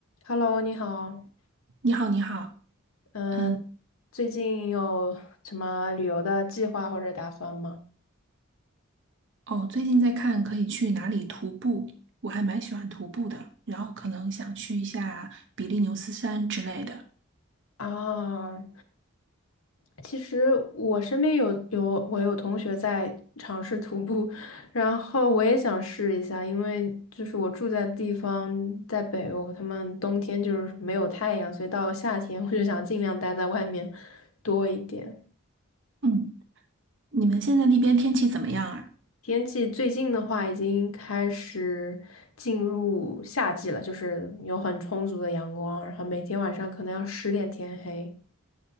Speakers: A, on the left; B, on the right.
A: Hello，你好，
B: 你好，你好，
A: 嗯，
B: 嗯，
A: 最近有什么旅游的计划或者打算吗？
B: 哦，最近在看可以去哪里徒步，我还蛮喜欢徒步的，然后可能想去一下比利牛斯山之类的。
A: 啊，其实我身边有有我有同学在尝试徒步，然后我也想试一下，因为就是我住在的地方在北欧，他们冬天就是没有太阳，所以到了夏天我就想尽量待在外面多一点。
B: 嗯，你们现在那边天气怎么样啊？
A: 天气最近的话，已经开始进入夏季了，就是有很充足的阳光，然后每天晚上可能要十点天黑。